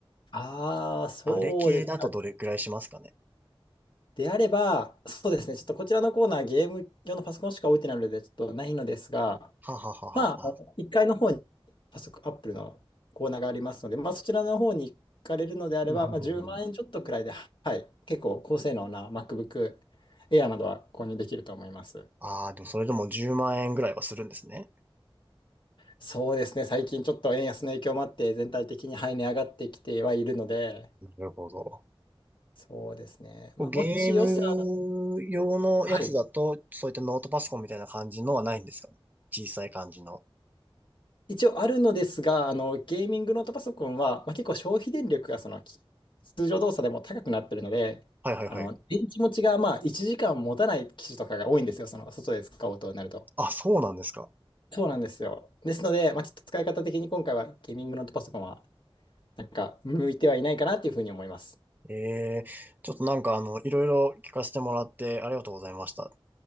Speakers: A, on the left; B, on the right.
A: ああ、そうですか。
B: あれ系だとどれくらいしますかね。
A: であれば、そうですね、ちょっとこちらのコーナー、ゲーム用のパソコンしか置いてないので、ちょっとないのですが、
B: はあはあはあはあはあ。
A: まあ、あの1階の方に早速 Apple のコーナーがありますので、まあ、そちらの方に行かれるのであれば、
B: うんうんうんうん
A: まあ、10万円ちょっとくらいで、はい、結構高性能な MacBook Air などは購入できると思います。
B: ああ、でもそれでも10万円ぐらいはするんですね。
A: そうですね、最近ちょっと円安の影響もあって、全体的に、はい、値上がってきてはいるので、
B: なるほど。
A: そうですね、まあ、
B: ゲーム用のやつだと、
A: もし予算、はい、
B: そういったノートパソコンみたいな感じのはないんですかね。小さい感じの。
A: 一応あるのですが、あの、ゲーミングノートパソコンは、まあ、結構消費電力がそのき通常動作でも高くなってるので、
B: はいはいはい。
A: あの、電池持ちがまあ1時間持たない機種とかが多いんですよ、その外で使おうとなると。
B: あ、そうなんですか。
A: そうなんですよ。ですので、まあ、ちょっと使い方的に今回はゲーミングノートパソコンは、なんか向いてはいないかなっていうふうに思います。
B: ええ、ちょっとなんかあの、いろいろ聞かせてもらってありがとうございました。